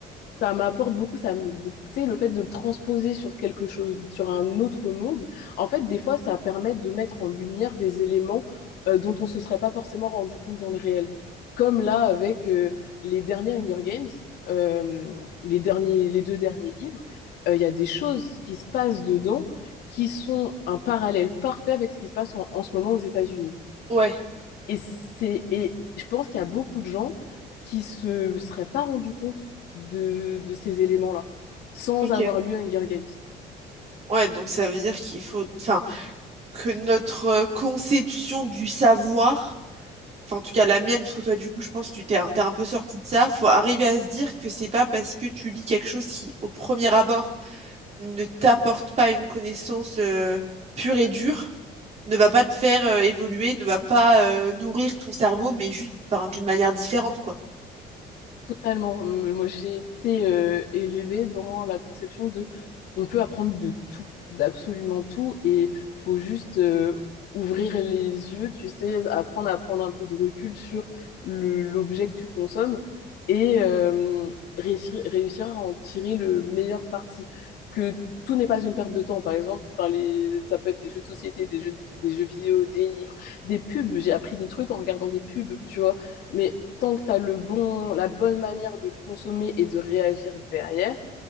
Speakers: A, on the left; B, on the right.
A: ça m'apporte beaucoup. Ça me, tu sais, le fait de le transposer sur quelque chose, sur un autre monde, en fait, des fois, ça permet de mettre en lumière des éléments euh, dont on se serait pas forcément rendu compte dans le réel. Comme là, avec euh, les derniers Hunger Games, euh, les derniers, les deux derniers livres, euh, il y a des choses qui se passent dedans qui sont un parallèle parfait avec ce qui se passe en en ce moment aux États-Unis.
B: ouais,
A: Et c'est, et je pense qu'il y a beaucoup de gens qui se seraient pas rendus compte de, de ces éléments-là, sans
B: ok.
A: avoir lu Hunger Games.
B: Ouais, donc ça veut dire qu'il faut, enfin, que notre euh, conception du savoir enfin en tout cas la mienne, parce que toi du coup je pense que tu t'es t'es un peu sorti de ça, faut arriver à se dire que c'est pas parce que tu lis quelque chose qui au premier abord ne t'apporte pas une connaissance euh, pure et dure, ne va pas te faire euh, évoluer, ne va pas euh, nourrir ton cerveau, mais juste enfin, d'une manière différente quoi.
A: Totalement. M- Moi, j'ai été euh, élevée dans la conception de on peut apprendre de tout, d'absolument tout, et faut juste euh, ouvrir les yeux, tu sais, apprendre à prendre un peu de recul sur le- l'objet que tu consommes et euh, réussir, réussir à en tirer le meilleur parti. Que tout n'est pas une perte de temps, par exemple, enfin, les, ça peut être des jeux de société, des jeux de vi- des jeux vidéo, des livres, des pubs. J'ai appris des trucs en regardant des pubs, tu vois. Mais tant que tu as le bon, la bonne manière de le consommer et de réagir derrière,